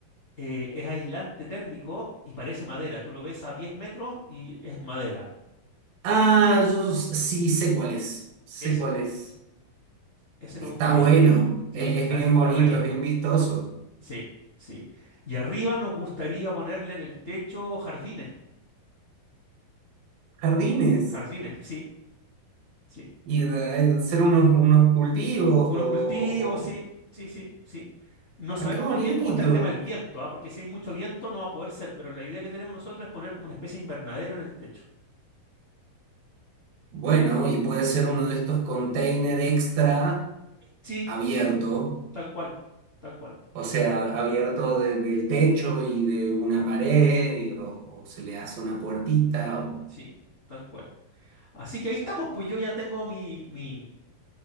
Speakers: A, on the left; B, on the right.
A: eh, es aislante térmico y parece madera. Tú lo ves a 10 metros y es madera.
B: Ah, yo s- sí sé cuál es. Sé
A: Ese,
B: cuál es.
A: ese
B: Está
A: me gustaría
B: bueno.
A: a mí. Sí,
B: e-
A: está,
B: Es, bien
A: está
B: bonito,
A: re lindo.
B: es bien vistoso.
A: Sí, sí. Y arriba nos gustaría ponerle en el techo jardines,
B: Jardines.
A: jardines, sí, sí.
B: Y eh, hacer unos, unos cultivos
A: Unos
B: o,
A: cultivos,
B: o-
A: sí, sí, sí, sí. No
B: Ah,
A: sabemos
B: qué bonito.
A: muy bien cómo está el tema del viento, ¿ah? Porque si hay mucho viento no va a poder ser, pero la idea que tenemos nosotros es poner como una especie de invernadero en el techo.
B: Bueno, y puede ser uno de estos container extra
A: Sí,
B: abierto.
A: sí, tal cual, tal cual,
B: O sea, abierto de- del techo y de una pared. y- o, o se le hace una puertita. O...
A: sí, tal cual. Así que ahí estamos, pues yo ya tengo mi, mi,